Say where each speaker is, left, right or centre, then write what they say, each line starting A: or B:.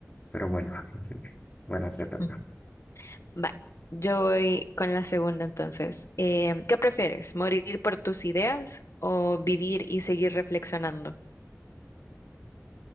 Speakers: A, on the left; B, on the left.
A: pero bueno, <laughs> bueno, te toca.
B: Ujú. Va, Yo voy con la segunda entonces. Eh, ¿qué prefieres? ¿Morir por tus ideas o vivir y seguir reflexionando?